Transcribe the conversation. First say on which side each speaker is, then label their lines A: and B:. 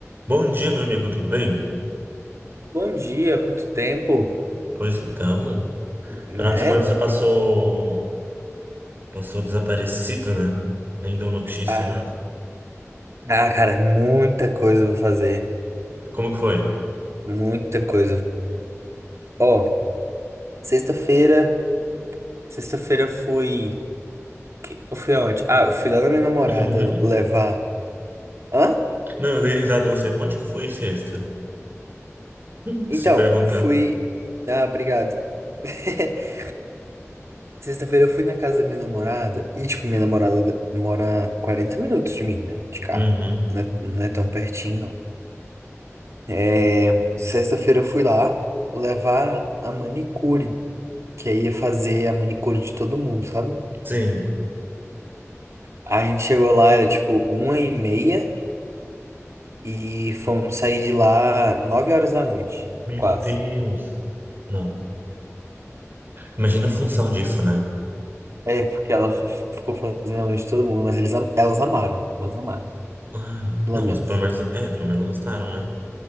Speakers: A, on the right; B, on the right.
A: Bom dia, meu amigo, tudo bem?
B: Bom dia, quanto tempo,
A: Pois então,
B: né?
A: final de semana você passou, passou desaparecido, né? Nem deu notícia,
B: Ah,
A: nada.
B: ah, cara, muita coisa pra fazer,
A: Como que foi?
B: muita coisa. Ó, sexta-feira, sexta-feira eu fui, que- eu fui aonde? Ah, eu fui lá na minha namorada
A: <laughs>
B: levar. Hã?
A: Não, eu dei risada a você. Onde que foi sexta? <laughs>
B: Então,
A: Se perguntando.
B: fui. Ah, obrigado. <laughs> Sexta-feira eu fui na casa da minha namorada e, tipo, minha namorada mora 40 minutos de mim, né? De carro.
A: Uhum.
B: Não é, não é tão pertinho, não. É, sexta-feira eu fui lá levar a manicure. que aí ia fazer a manicure de todo mundo, sabe?
A: Sim.
B: A gente chegou lá, era tipo uma e meia e fomos sair de lá nove horas da noite,
A: Meu
B: quase.
A: Deus. Não. Imagina a função disso, né?
B: É, porque ela f- ficou fazendo a noite de todo mundo, mas eles, am- elas amaram, elas amaram,
A: Ai,
B: pelo
A: não,
B: menos.
A: mas pelo menos, é, pelo menos gostaram, né?